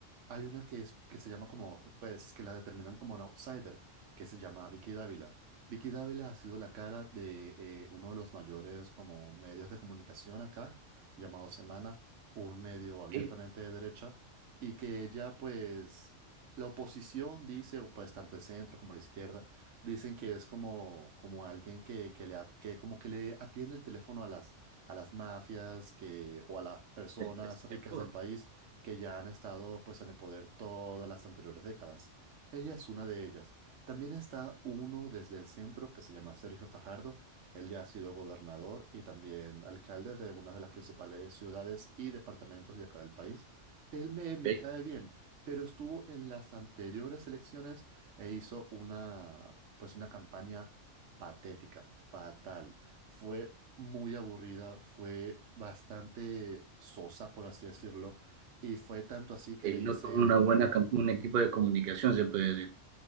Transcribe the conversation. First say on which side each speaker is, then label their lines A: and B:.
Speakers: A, on the right; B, on the right.
A: hay una que, es, que se llama como, pues que la determinan como un outsider, que se llama Vicky Dávila. Vicky Dávila ha sido la cara de eh, uno de los mayores como medios de comunicación acá, llamado Semana, un medio abiertamente
B: Sí,
A: de derecha y que ella pues la oposición dice, o pues tanto el centro como la izquierda, dicen que es como, como alguien que, que le, a- que como que le atiende el teléfono a las, a las mafias que, o a las personas
B: el PSPU,
A: ricas del país que ya han estado pues en el poder todas las anteriores décadas. Ella es una de ellas. También está uno desde el centro que se llama Sergio Fajardo. Él ya ha sido gobernador y también alcalde de una de las principales ciudades y departamentos de acá del país. Él me, me
B: eh,
A: cae bien pero estuvo en las anteriores elecciones e hizo una, pues una campaña patética, fatal. Fue muy aburrida, fue bastante sosa, por así decirlo, y fue tanto así que
B: eh,
A: le hice
B: no tuvo una buena, cam- un equipo de comunicación, se puede decir.